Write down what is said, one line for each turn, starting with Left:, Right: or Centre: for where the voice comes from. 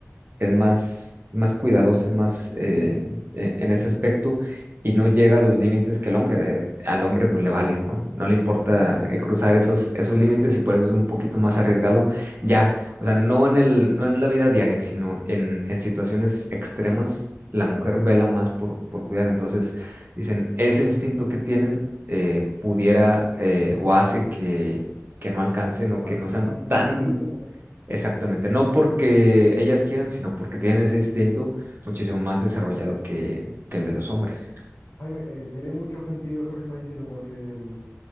Right: es más, más cuidadoso es más eh,
Left: Sí.
Right: e- en ese aspecto y no llega a los límites que el hombre, eh, al hombre pues le vale, ¿no? No le importa
Left: Sí,
Right: eh, cruzar esos, esos límites y por eso es un poquito
Left: claro,
Right: más arriesgado ya, o sea, no en el, no en la vida diaria, sino en, en situaciones extremas, la
Left: claro.
Right: mujer vela más por, por cuidar, entonces dicen, ese instinto que tienen eh, pudiera eh, o hace que... que no alcancen o
Left: La,
Right: que no sean
Left: la li-
Right: tan
Left: la limita un poco.
Right: Exactamente, no porque ellas quieran, sino porque tienen ese instinto muchísimo más desarrollado que, que el
Left: Sí.
Right: de los hombres.
Left: Jaime, eh, tiene mucho sentido eso que estás diciendo porque mm,